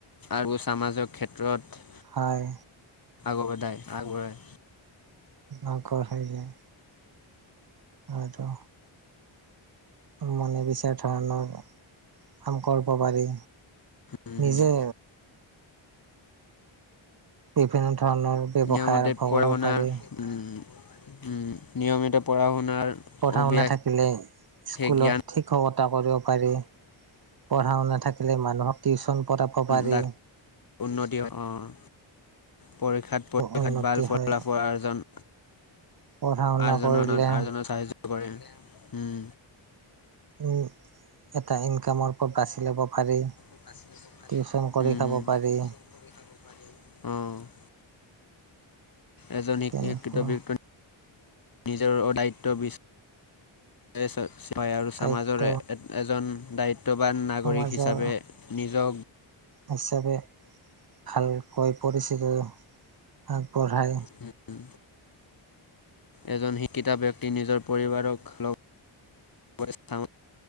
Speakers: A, on the left; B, on the right.
A: আৰু সমাজৰ ক্ষেত্ৰত
B: হয়
A: আগবদায় আগবঢ়ায়
B: আগবাঢ়ি যায় আৰু আৰু মনে বিচৰা ধৰণৰ কাম কৰিব পাৰি।
A: উম, হুম।
B: নিজে বিভিন্ন ধৰণৰ ব্যৱসায়
A: নিয়মতে
B: আৰম্ভ
A: পঢ়া
B: কৰিব
A: শুনাৰ
B: পাৰি
A: উম উম উম নিয়মিত পঢ়া শুনাৰ
B: পঢ়া
A: অভ্যাস
B: শুনা থাকিলে স্কুলত
A: সেই জ্ঞান
B: শিক্ষকতা কৰিব পাৰি। পঢ়া শুনা থাকিলে মানুহক টিউচন পঢ়াব পাৰি
A: ডাক উন্নতি হয় অহ পৰীক্ষাত, পৰীক্ষাত
B: উন্নতি
A: ভাল ফলাফল
B: হয়
A: আৰ্জন
B: পঢ়া শুনা
A: আৰ্জনত
B: কৰিলে
A: আৰ্জনৰ সাহায্য কৰে উম
B: উম এটা ইনকামৰ পথ বাছি ল'ব পাৰি।
A: উম
B: টিউচন কৰি
A: উম,
B: খাব পাৰি
A: অঁ। এজন
B: তেনেকুৱা
A: শ শিক্ষিত ব্যক্তি নিজৰ অ দায়িত্ব বি <unintelligible> পায় আৰু
B: দায়িত্ব
A: সমাজৰ এজন দায়িত্ববান নাগৰিক
B: সমাজৰ
A: হিচাপে নিজক
B: হিচাপে ভালকৈ পৰিচিত আগবঢ়াই
A: হম। এজন শিক্ষিতা ব্যক্তিয়ে নিজৰ পৰিবাৰক লগ <unintelligible>